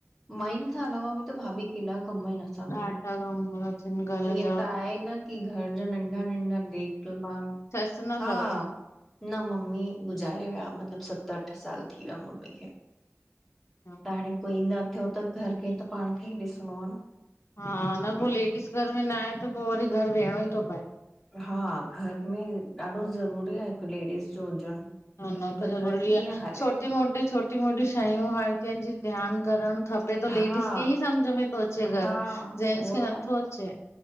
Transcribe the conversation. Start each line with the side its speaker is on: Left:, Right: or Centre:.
Centre: माइन खां अलावा बि त भाभी केॾा कम आहिन असांखे
Left: ॾाढा कम अथनि घर
Centre: ईअं
Left: जा।
Centre: त आए ई न की घर जा नंढा नंढा देखभाल
Left: सुनातव
Centre: हा,
Left: छा?
Centre: न मम्मी गुज़ारे विया, मतिलबु सत अठ साल थी विया मम्मी खे
Left: हा
Centre: त हाणे कोई न थियो त घर खे त पाण खे ई ॾिसणो आ न
Left: हा न पोइ लेडीस घर में न आहे त पोइ वरी घर वेहणो ई थो पए।
Centre: हा, घर में ॾाढो ज़रूरी आहे हिकु लेडीस जो हुजण।
Left: न
Centre: ईअं
Left: न त
Centre: घर
Left: ज़रूरी
Centre: कीअं
Left: आहे
Centre: हले
Left: छोटी मोटी छोटी मोटी शयूं हर कंहिंजी ध्यानु करणु खप पे तो
Centre: हा
Left: लेडीस खे ई समझ में थो अचे
Centre: हा
Left: घर जेंट्स
Centre: उहो
Left: खे
Centre: त
Left: नथो
Centre: आहे न
Left: अचे।